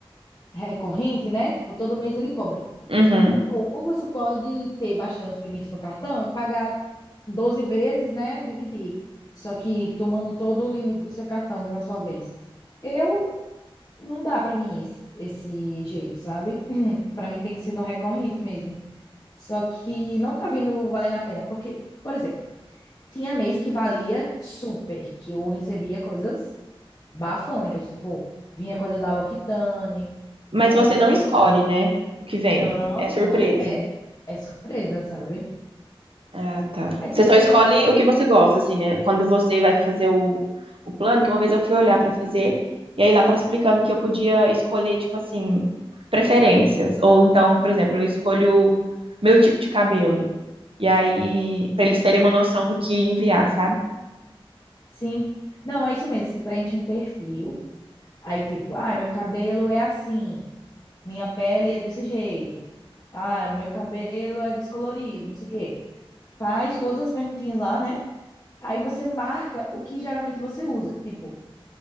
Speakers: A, on the left (about 35°); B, on the right (about 70°).
A: recorrente, né? Tipo, todo mês ele cobra.
B: Uhum.
A: Ou você pode ter bastante limite no cartão e pagar 12 vezes, né? Dividir. Só que tomando todo o limite do seu cartão de uma só vez. Eu não dá para mim esse, esse jeito, sabe? <clears throat> Para mim tem que ser no recorrente mesmo. Só que não tá vindo valendo a pena, porque, por exemplo, tinha mês que valia super, que eu recebia coisas bafônicas, tipo, vinha coisa da L'Occitane, vinha
B: Mas você
A: coisa.
B: não escolhe, né? O que vem.
A: Não,
B: É
A: não,
B: surpresa.
A: é, é surpresa, sabe?
B: Ah, tá.
A: Aí,
B: Você
A: tipo,
B: só escolhe
A: tem nesse...
B: o que você gosta, assim, né? Quando você vai fazer o, o plano, que uma vez eu fui olhar
A: Uhum.
B: pra fazer, e aí lá tava explicando que eu podia escolher, tipo assim, preferências. Ou então, por exemplo, eu escolho meu tipo de cabelo. E aí, pra eles terem uma noção do que enviar, sabe?
A: Sim. Não, é isso mesmo. Você preenche um perfil. Aí, tipo, ah, meu cabelo é assim. Minha pele é desse jeito. Ah, meu cabelo é descolorido, não sei o quê. Faz todas as perguntinhas lá, né? Aí você marca o que geralmente você usa. Tipo,